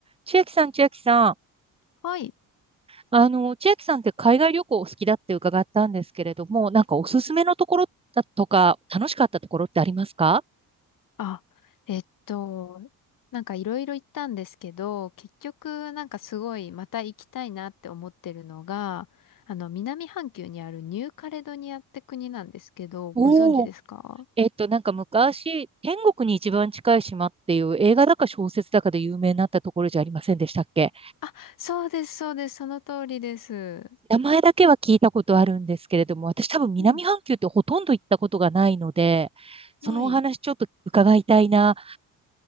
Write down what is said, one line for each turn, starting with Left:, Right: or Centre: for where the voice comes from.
Right: 千秋さん、千秋さん。
Left: はい。
Right: あの、千秋さんって海外旅行お好きだって伺ったんですけれども、なんかおすすめのところだとか、楽しかったところってありますか
Left: あ、えっと、なんかいろいろ行ったんですけど、結局なんかすごいまた行きたいなって思ってるのが、あの、南半球にあるニューカレドニアって国なんですけど、ご存知ですか
Right: おおー、えっと、なんか昔、天国に一番近い島っていう映画だか小説だかで有名になったところじゃありませんでしたっけ
Left: あ、そうです、そうです、その通りです。
Right: 名前だけは聞いたことあるんですけれども、私多分南半球ってほとんど行ったことがないので、
Left: うん。
Right: そのお話ちょっと伺いたいな。
Left: はい。